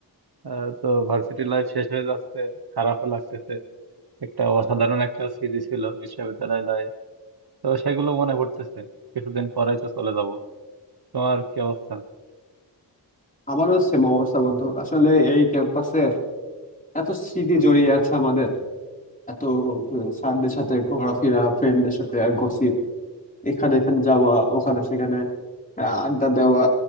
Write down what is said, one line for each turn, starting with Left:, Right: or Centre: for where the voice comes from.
Right: আহ, তো ভার্সিটি লাইফ শেষ হয়ে যাচ্ছে খারাপও লাগতেছে একটা অসাধারণ একটা স্মৃতি ছিল বিশ্ববিদ্যালয় লাইফ তো সেগুলো মনে পড়তেছে কিছুদিন পরেই তো চলে যাব তোমার কি অবস্থা
Left: আমারও সেম অবস্থা বন্ধু আসলে এই ক্যাম্পাসে এত স্মৃতি জড়িয়ে আছে আমাদের এত উম, স্যারদের সাথে ঘোরাফেরা ফ্রেন্ডদের সাথে গসিপ এখানে এখানে যাওয়া ওখানে সেখানে আহ, আড্ডা দেওয়া